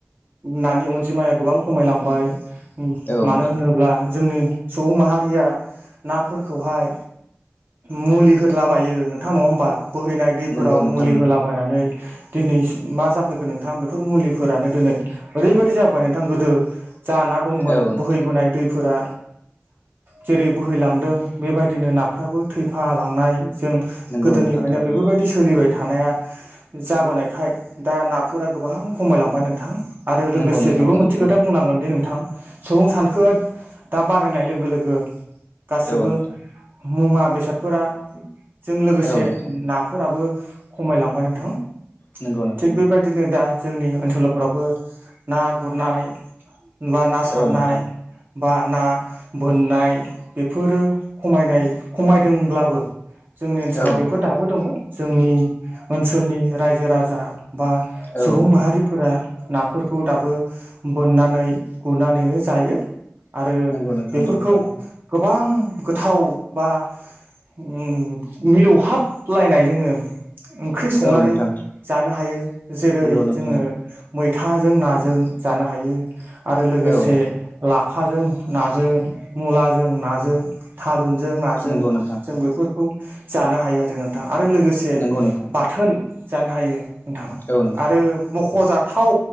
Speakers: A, on the right (about 50°); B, on the left (about 45°).
A: नानि अनजिमाया गोबां खमायलांबाय
B: औ
A: मानो
B: नोंथां
A: होनोब्ला जोंनि सुबुं माहारिया नाफोरखौहाय मुलि होदलाबायो नोंथां नङा होमबा बोहैनाय दैफोराव
B: नंगौ नोंथां
A: मुलि
B: नंगौ
A: होलाबायनानै दिनै मा जाफैखो नोंथां बेफोर मुलिफोरानो दिनै ओरैबायदि जाबोबाय नोंथां गोदो जा ना दंमोन
B: औ नोंथां
A: बोहैबोनाय दैफोरा जेरै बोहैलांदों बेबायदिनो नाफ्राबो थैफालांनाय जों
B: नंगौ
A: गोदोनिफ्रायनो
B: नोंथां थारैनो
A: बेफोरबायदि सोलिबाय थानाया जाबोनायखाय दा नाफोरा गोबां खमायलांबाय नोंथां। आरो लोगोसे
B: नंगौ नोंथां
A: बेबो
B: सैथो
A: मोनसे खोथा बुंनांगोन दि नोंथां सुबुं सानखोया दा बारायनाय लोगो लोगो गासिबो
B: औ नोंथां
A: मुवा बेसादफोरा जों लोगोसे
B: औ नोंथां
A: नाफोराबो खमायलांबाय नोंथां।
B: नंगौ नोंथां
A: थिग बेबायदिनो दा जोंनि ओनसोलफोरावबो ना गुरनाय बा ना सारनाय
B: औ नोंथां
A: बा ना बोननाय बेफोरो खमायनाय खमायदोंब्लाबो जोंनि ओनसोलाव
B: औ
A: बेफोर
B: नोंथां
A: दाबो दङ जोंनि ओनसोलनि रायजो राजा बा
B: औ
A: सुबुं
B: नोंथां
A: माहारिफोरा नाफोरखौ दाबो बोननानै गुरनानैनो जायो आरो
B: नंगौ नोंथां
A: बेफोरखौ
B: नंगौ थारैनो
A: गोबां गोथाव बा उम मिलौहाबलायनाय जोङो ओंख्रि संनानै
B: औ नोंथां
A: जानो हायो जेरै
B: नंगौ नोंथां
A: जोङो
B: नंगौ
A: मैथाजों नाजों जानो हायो आरो लोगोसे
B: औ नोंथां
A: लाफाजों नाजों, मुलाजों नाजों, थारुनजों नाजों
B: नंगौ नोंथां
A: जों बेफोरखौ जानो हायो आरो नोंथां आरो लोगोसे
B: नंगौ नोंथां
A: बाथोन जानो हायो नोंथां
B: औ नोंथां
A: आरो मख'जाथाव